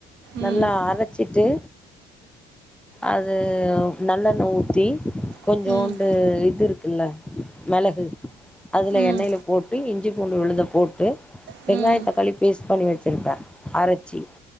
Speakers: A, on the right; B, in the centre.
A: ம்
B: நல்லா அரைச்சிட்டு அது நல்லெண்ண ஊத்தி கொஞ்சோண்டு
A: ம்
B: இது இருக்குல்ல மிளகு அதுல
A: ம் ம்
B: எண்ணெயில போட்டு இஞ்சி பூண்டு விழுத போட்டு வெங்காய
A: ம் ம்
B: தக்காளி பேஸ்ட் பண்ணி வச்சிருப்பேன் அரைச்சி